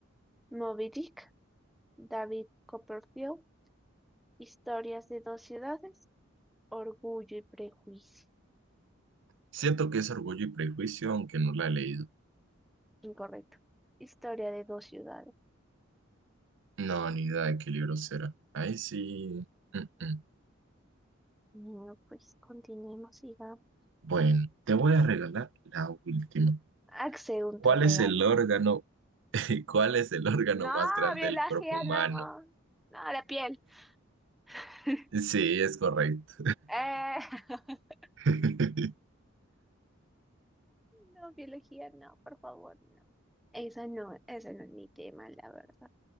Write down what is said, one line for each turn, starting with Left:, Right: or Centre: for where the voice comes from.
Centre: Moby Dick, David Copperfield, Historias de dos ciudades, Orgullo y Prejuicio.
Right: Siento que es Orgullo y Prejuicio, aunque no la he leído.
Centre: Incorrecto. Historia de dos ciudades.
Right: No, ni idea de qué libro será. Ahí sí. mm, mm.
Centre: No, pues continuemos, sigamos.
Right: Bueno, te voy a regalar la última.
Centre: Axel, un
Right: ¿Cuál
Centre: te
Right: es
Centre: regala.
Right: el órgano, <laughs> cuál es el órgano
Centre: No,
Right: más grande
Centre: biología,
Right: del cuerpo humano?
Centre: no. No, la piel. <laughs>
Right: Sí, es correcto.
Centre: Eh, <laughs>
Right: <laughs>
Centre: No, biología, no, por favor, no. Esa no, ese no es mi tema, la verdad.